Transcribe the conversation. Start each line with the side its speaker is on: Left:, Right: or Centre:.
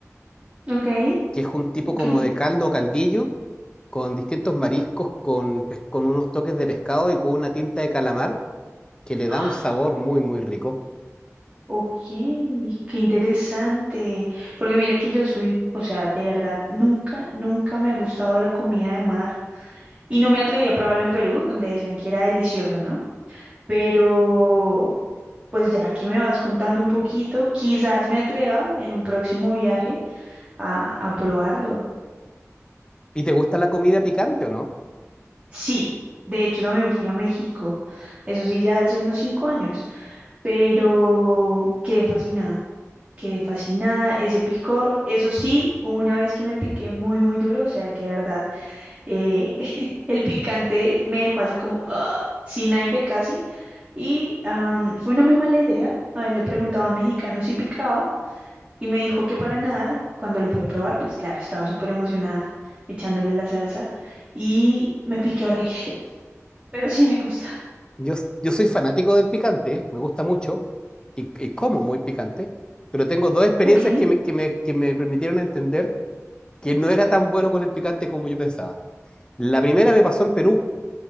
Right: Ok.
Left: que es un tipo
Right: Ok.
Left: como de caldo o caldillo, con distintos mariscos, con, pes- con unos toques de pescado y con una tinta de calamar, que le
Right: Ah,
Left: da un sabor muy, muy rico.
Right: Ok, qué interesante. Porque mira que yo soy, o sea, de verdad, nunca, nunca me ha gustado la comida de mar. Y no me atreví a probarla en Perú, donde decían que era delicioso, ¿no? Pero, pues ya que me vas contando un poquito, quizás me atreva en un próximo viaje a, a probarlo.
Left: ¿Y te gusta la comida picante o no?
Right: Sí, de hecho también fui a México, eso sí, ya hace unos cinco años, pero quedé fascinada, quedé fascinada, ese picor, eso sí, hubo una vez que me piqué muy, muy duro, o sea que de verdad, eh, <laughs> el picante me dejó así como... ¡ah! sin aire casi Y am, fue una muy mala idea. A él le preguntaba a un mexicano si picaba y me dijo que para nada. Cuando lo fui a probar, pues claro, estaba súper emocionada echándole la salsa y me piqué horrible, <laughs> pero sí me gusta.
Left: Yo, yo soy fanático del picante, me gusta mucho y, y como muy picante, pero tengo dos experiencias
Right: Ok,
Left: que me, que me, que me permitieron entender que no era tan bueno con el picante como yo pensaba. La primera me pasó en Perú.